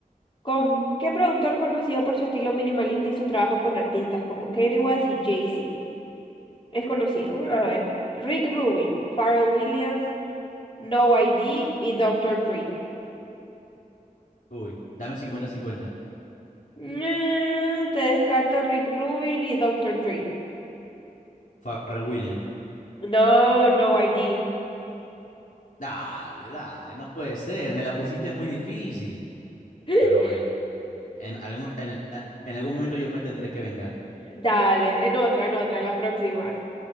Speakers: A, on the left; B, on the left.
A: ¿Con qué productor conocido por su estilo minimalista y su trabajo con artistas como Kanye West y Jay-Z? Es conocido. A ver. Rick Rubin, Pharrell Williams, No ID y Doctor Dre.
B: Uy, dame cincuenta, cincuenta.
A: Mm, te descarto Rick Rubin y Doctor Dre.
B: Pharrell Williams.
A: No, no ID.
B: Dale, dale, no puede ser. Me la pusiste muy difícil.
A: <laughs>
B: Pero bueno, en algún, en, en algún momento yo me tendré que vengar.
A: Dale, en otra, en otra, en la próxima.